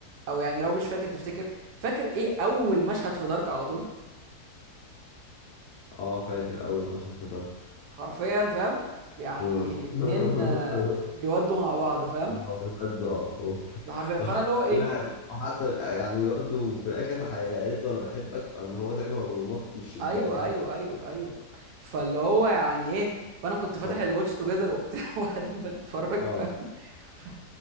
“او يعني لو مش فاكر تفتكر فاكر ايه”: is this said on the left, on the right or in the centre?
Right